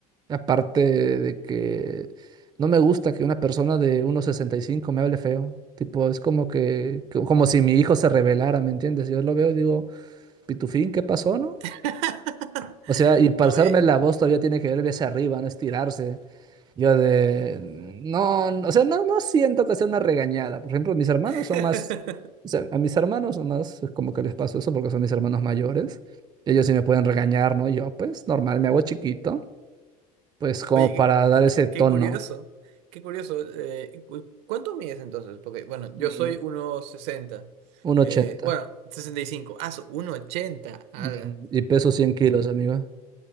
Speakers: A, on the right (about 20°); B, on the right (about 70°).
A: Aparte de que no me gusta que una persona de uno sesenta y cinco me hable feo. Tipo, es como que, que- como si mi hijo se rebelara, ¿me entiendes? Yo lo veo y digo, Pitufín, ¿qué pasó, no?
B: <laughs>
A: O sea, y pasarme
B: Oye.
A: la voz todavía tiene que ver hacia arriba, no estirarse. Yo de... No, no, o sea, no, no siento que sea una regañada. Por ejemplo, mis hermanos
B: <laughs>
A: son más... O sea, a mis hermanos son más es como que les paso eso porque son mis hermanos mayores. Ellos sí me pueden regañar, ¿no? Yo, pues, normal, me hago chiquito. Pues como
B: Oye,
A: para
B: qué,
A: dar
B: y
A: ese
B: qué-
A: tono.
B: qué curioso. Qué curioso. Eh, cu- ¿cuánto mides entonces? Porque, bueno,
A: Mm,
B: yo soy 1,60.
A: un ochenta
B: Eh, bueno, sesenta y cinco Ah, su- uno ochenta Ala.
A: Mm, y peso cien kilos, amigo.